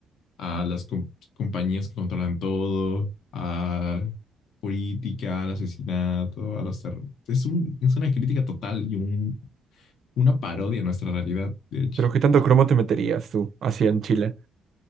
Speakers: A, on the left (about 60°); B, on the right (about 45°).
A: a las com- compañías que controlan todo, a política, al asesinato, a los terror. Es un, es una crítica total y un, una parodia a nuestra realidad, de hecho.
B: Pero ¿qué tanto cromo te meterías tú, así en Chile?